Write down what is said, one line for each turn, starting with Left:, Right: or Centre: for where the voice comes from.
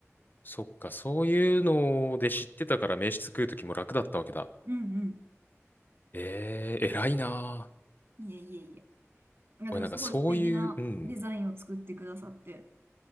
Left: そっか、そういうので知ってたから名刺作るときも楽だったわけだ。
Right: うん
Left: ええー、偉いなぁ。
Right: うん。いえいえいえ。いや、
Left: 俺なんかそういう、
Right: でもすごい素敵なデザインを作ってくださって。
Left: うん。